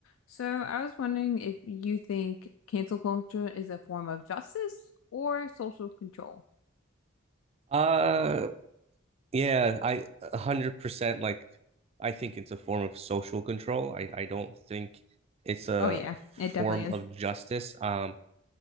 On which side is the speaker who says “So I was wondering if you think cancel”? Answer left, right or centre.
Left